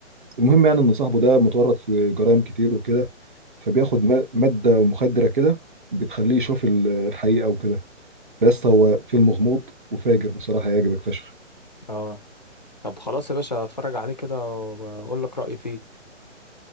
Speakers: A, on the right; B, on the left.
A: المهم يعني ان صاحبه ده متورط في جرائم كتير وكده فبياخد ما- ماده مخدره كده بتخليه يشوف ال- الحقيقه وكده فيسطا هو فيلم غموض وفاجر بصراحه هيعجبك فشخ
B: اه طب خلاص يا باشا اتفرج عليه كده واقول لك رايي فيه